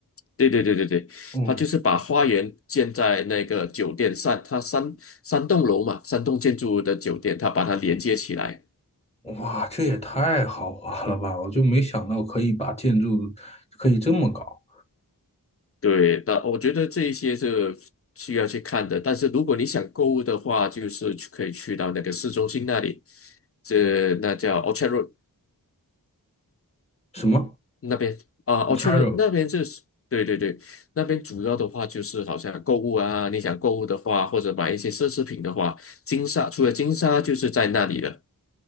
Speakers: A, on the left; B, on the left.
A: 对对对对对，
B: 哦，
A: 他就是把花园建在那个酒店上，它三三栋楼嘛，三栋建筑物的酒店，他把它连接起来。
B: 哇，这也太豪华了吧！我就没想到可以把建筑可以这么搞。
A: 对，那我觉得这一些是需要去看的。但是如果你想购物的话，就是去可以去到那个市中心那里，这那叫 Orchard Road
B: 什么
A: 那边啊，Orchard
B: c a
A: r
B: r
A: o
B: o
A: 那边就是对对对，那边主要的话就是好像购物啊，你想购物的话，或者买一些奢侈品的话，金沙除了金沙就是在那里了。